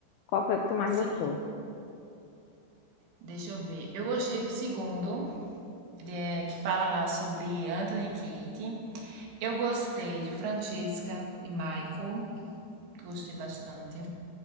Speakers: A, on the left; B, on the right.
A: Qual foi o que tu mais
B: Sim,
A: gostou?
B: deixa eu ver. Eu gostei do segundo, de- eh, que fala lá sobre Anthony e Kate. Eu gostei de Francesca e Michael. Gostei bastante.